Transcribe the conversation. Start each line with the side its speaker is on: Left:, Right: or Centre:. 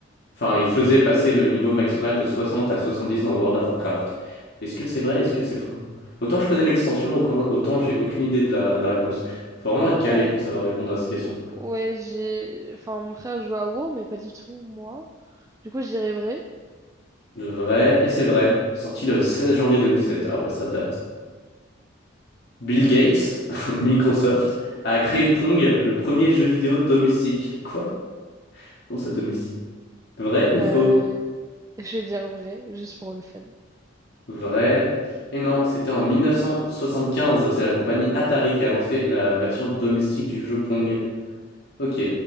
Left: Enfin, il faisait passer le niveau maximal de 60 à 70 dans World of Warcraft. Est-ce que c'est vrai? Est-ce que c'est faux? Autant je connais l'extension, aucan- autant j'ai aucune idée de la, de la réponse. Faut vraiment être
Right: Ouais.
Left: calé pour savoir répondre à ces questions.
Right: Ou- Ouais, j'ai. Enfin, mon frère joue à WoW, mais pas du tout, moi. Du coup, je dirais vrai.
Left: Le vrai, et c'est vrai, sorti le 16 janvier 2017. Ah ouais, ça date. Bill Gates, <laughs> Microsoft, a créé Pong, le premier jeu vidéo domestique. Quoi? Pour sa domestique. Vrai ou
Right: Euh,
Left: faux?
Right: je vais dire vrai, juste pour le fun.
Left: Vrai. Et non, c'était en 1975. C'est la compagnie Atari qui a lancé la version domestique du jeu Pong. Ok.